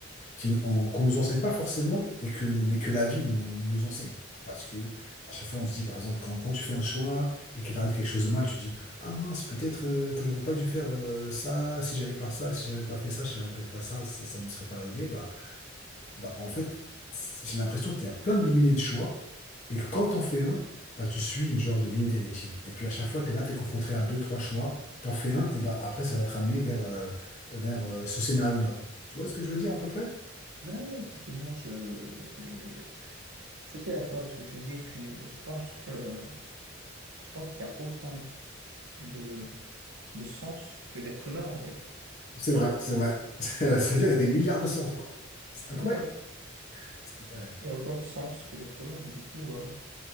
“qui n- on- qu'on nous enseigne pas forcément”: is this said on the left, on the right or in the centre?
Left